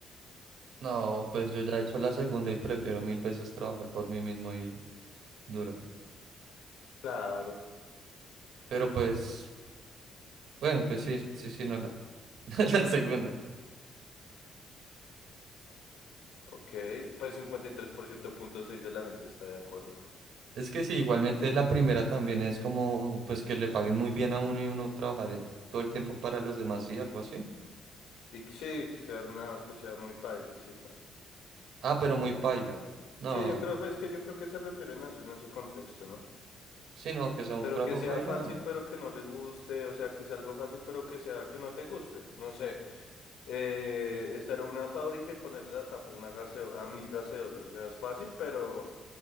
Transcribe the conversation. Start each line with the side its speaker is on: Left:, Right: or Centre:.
Right: No, pues yo ya he hecho la segunda y prefiero mil veces trabajar por mí mismo y duro.
Left: Claro,
Right: Pero pues, bueno, pues sí, sí, sí, no la, <laughs> la segunda.
Left: ok. Pues cincuenta y tres por ciento punto seis de la gente está de acuerdo.
Right: Es que sí, igualmente la primera también es como, pues que le paguen muy bien a uno y uno trabajar eh, todo el tiempo para los demás, sí, algo así.
Left: Y que sí, que sea nada, que sea muy paila, sí, no.
Right: Ah, pero muy paila. No,
Left: Sí, yo creo, pues que yo creo que se refieren a eso en ese contexto, ¿no?
Right: sí, no, que sea
Left: Pero
Right: un trabajo
Left: que sea
Right: paila,
Left: fácil,
Right: no.
Left: pero que no le guste, o sea, que sea algo fácil, pero que sea que no te guste. No sé, eh, estar en una fábrica y ponerle la tapa a una gaseo, a mil gaseosas, o sea, es fácil, pero